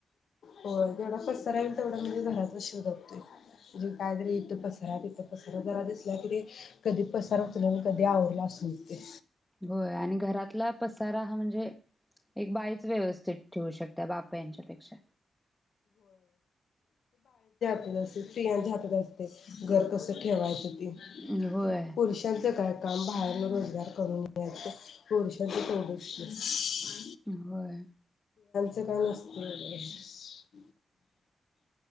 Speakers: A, on the left (about 75°); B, in the centre.
A: होय जेवढा पसरा होईल तेवढा म्हणजे घरातच शो जातोय म्हणजे काय तरी येथे पसारातेथे पसरा जरा दिसला कि ते कधी पसार उचलन कधी आवरल अस. ठीवते
B: होय आणि घरातला पसारा हा म्हणजे. एक बाईच व्यवस्थित ठेवू शकते बाप्याच्या पेक्षा.
A: खरं स्त्रियांच्या हातात असते घर कस ठेवायचं.
B: होय
A: पुरुषांच काय. काम बाहेरून रोजगार करून नेण्यातचं पुरुषांचे ठेवढंच कि.
B: होय
A: काय नसतय <unintelligible>